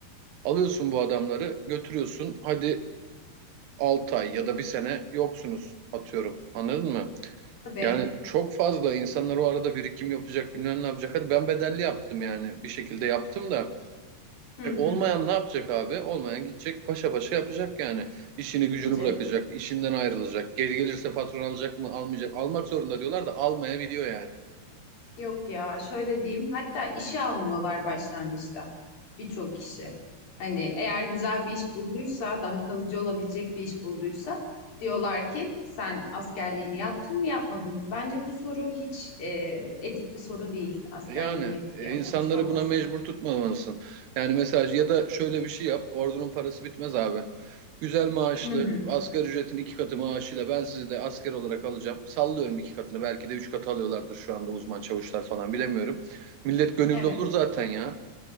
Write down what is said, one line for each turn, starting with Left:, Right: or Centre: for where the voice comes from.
Right: Alıyorsun bu adamları, götürüyorsun. Hadi 6 ay ya da bir sene yoksunuz atıyorum. Anladın mı?
Left: Tabii.
Right: Yani çok fazla insanlar o arada birikim yapacak, bilmem ne yapacak. Hadi ben bedelli yaptım yani bir şekilde yaptım da.
Left: Hı
Right: E, olmayan
Left: hı.
Right: ne yapacak abi? Olmayan gidecek paşa paşa yapacak yani. İşini gücünü
Left: Gidecek.
Right: bırakacak, işinden ayrılacak. Geri gelirse patron alacak mı, almayacak. Almak zorunda diyorlar da almayabiliyor yani.
Left: Yok ya şöyle diyeyim hatta işe almıyorlar başlangıçta birçok kişi. Hani eğer güzel bir iş bulduysa daha kalıcı olabilecek bir iş bulduysa diyorlar ki sen askerliğini yaptın mı yapmadın mı? Bence bu soru hiç e, etik bir soru değil askerliğini
Right: Yani
Left: yapıp
Right: e,
Left: yapmamış
Right: insanları
Left: olması.
Right: buna mecbur tutmamalısın. Yani mesela ya da şöyle bir şey yap. Ordunun parası bitmez abi. Güzel maaşlı,
Left: Hı hı,
Right: asgari ücretin iki katı maaşıyla ben sizi de asker olarak alacağım. Sallıyorum iki katını. Belki de üç katı alıyorlardır şu anda uzman çavuşlar falan bilemiyorum. Millet gönüllü
Left: evet.
Right: olur zaten ya.